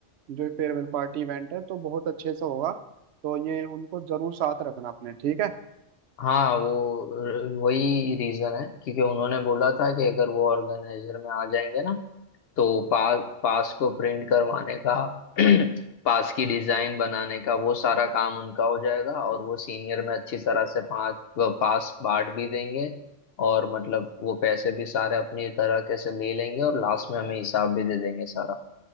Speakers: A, on the right; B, on the left.
A: जो फेयरवेल पार्टी इवेंट है तो बहुत अच्छे से होगा तो ये उनको जरूर साथ रखना अपने ठीक है
B: हाँ वो र- वही रीजन है क्योंकि उन्होंने बोला था कि अगर वो ऑर्गेनाइजर में आ जाएंगे ना तो पास पास को प्रिंट करवाने का <clears throat> पास की डिजाइन बनाने का वो सारा काम उनका हो जाएगा और वो सीनियर में अच्छी तरह से पास पास बांट भी देंगे और मतलब वो पैसे भी सारे अपनी तरह के से ले लेंगे और लास्ट में हमें हिसाब भी दे देंगे सारा